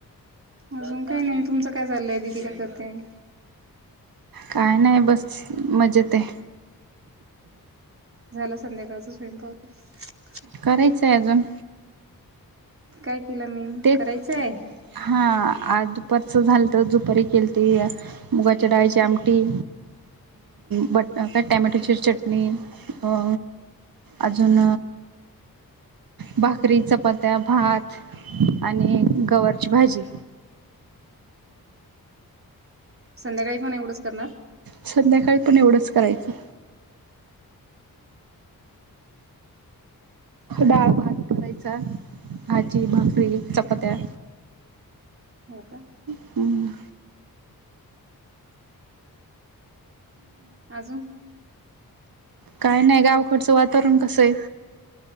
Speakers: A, on the right; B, on the right.
A: अजून काय नाही तुमचं काय चाललंय दीदी काय करतेय.
B: काय नाय बस मजेतेय.
A: झालं संध्याकाळचं स्वयंप <inaudible>
B: करायचंय अजून.
A: काय केलं मीन
B: तेच
A: करायचंय.
B: हा आज दुपारच झालंत जुपारी केल्ती. मुगाच्या डाळीची आमटी. बटाटा टोमॅटोची चटणी अ. अजून भाकरी चपात्या भात. आणि गवारची भाजी.
A: संध्याकाळी पण एवढंच करणार?
B: संध्याकाळी पण एवढंच करायचं. डाळ भात करायचा भाजी भाकरी चपात्या.
A: हो का.
B: हम्म.
A: अजून
B: काय नाय गावकडचं वातावरण कसय?